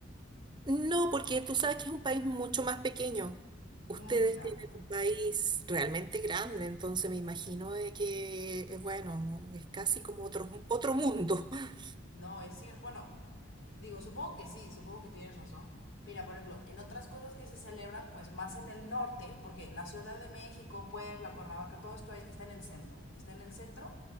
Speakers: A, on the right; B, on the left.
A: No, porque tú sabes que es un país mucho más pequeño. Ustedes
B: Mm, claro.
A: tienen un país realmente grande, entonces me imagino de que, eh, bueno, es casi como otro, otro mundo. <laughs>
B: No, es cierto. Bueno, digo, supongo que sí, supongo que tienes razón. Mira, por ejemplo, en otras cosas que se celebra, pues más en el norte, porque la Ciudad de México, Puebla, Cuernavaca, todo esto e-, está en el centro, está en el centro,